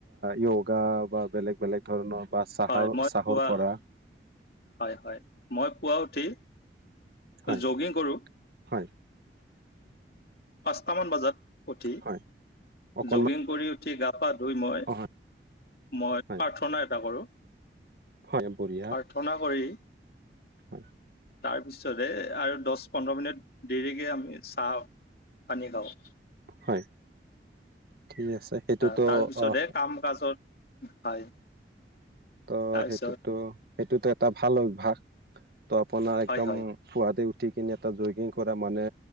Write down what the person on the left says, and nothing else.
হয়, মই
পুৱা
হয় হয়, মই পুৱাই উঠি।
জগিং কৰো
পাঁচটামান বজাত। উঠি
জগিং কৰি উঠি গা পা ধুই মই।
মই
প্ৰাৰ্থনা এটা কৰোঁ।
প্ৰাৰ্থনা কৰি
তাৰপিছতে আৰু দহ পোন্ধৰ মিনিট দেৰিকে আমি চাহ পানী খাওঁ
আহ, তাৰপিছতহে
কাম কাজত হয়
তাৰপিছত
হয়,
হয়,